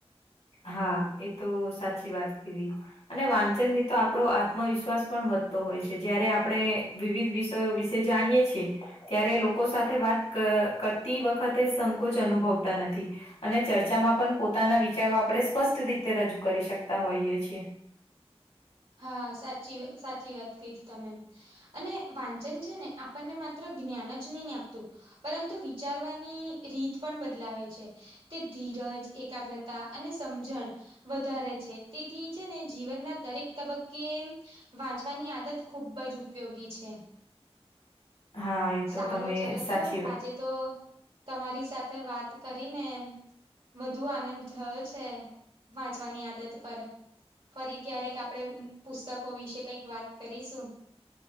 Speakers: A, on the left; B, on the right.
A: હા એ તો સાચી વાત કી ધી અને વાંચન થી તો આપણો આત્મવિશ્વાસ પણ વધતો હોય છે જયારે આપણે વિવિધ વિષયો વિશે જાણીએ છીએ ત્યારે લોકો સાથે વાત કરતી વખતે સંકોચ અનુભવતા નથી અને ચર્ચામાં પણ પોતાના વિચારો આપણે સ્પષ્ટ રીતે રજૂ કરી શકતા હોઈએ છીએ
B: હા સાચી સાચી વાત કિધી તમે અને વાંચન છે ને આપણને માત્ર જ્ઞાન જ નહીં આપતું પરંતુ વિચારવાની રીત પણ બદલાવે છે તે ધીરજ એકાગ્રતા અને સમજણ વધારે છે તેથી છે ને જીવનના દરેક તબક્કે વાંચવાની આદત ખુબ જ ઉપયોગી છે
A: હા એ તો
B: સારું
A: તમે
B: ચલો
A: સાચી
B: તો
A: વાત
B: આજે તો તમારી સાથે વાત કરીને વધુ આનંદ થયો છે વાંચવાની આદત પર ફરી ક્યારેક આપણેે પુસ્તકો વિશે કઈક વાત કરીશું